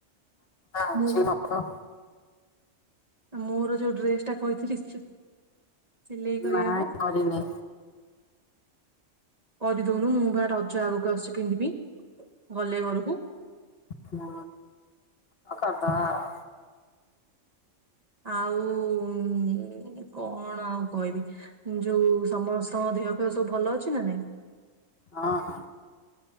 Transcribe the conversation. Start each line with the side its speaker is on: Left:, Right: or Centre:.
Left: ଅଛି
Right: ମୁଁ
Left: ନତ <inaudible>
Right: ମୋର ଯୋଉ ଡ୍ରେସ୍ ଟା କହିଥିଲି ସି ସିଲେଇ କରିଆକୁ।
Left: ନାଇଁ
Right: <unintelligible>
Left: କରିନି
Right: କରିଦଉନୁ ମୁଁ ବା ରଜ ଆଗକୁ ଆସୁଚି ପିନ୍ଧିବି, ଗଲେ ଘରକୁ।
Left: ହୁଁ, ଆଉ କରିଦବା ଆଉ।
Right: ଆଉ ଉଁ କଣ ଆଉ କହିବି। ଯୋଉ ସମସ୍ତଙ୍କ ଦେହ ଫେଅ ସବୁ ଭଲ ଅଛି ନା ନାଇଁ?
Left: ହଁ ହଁ।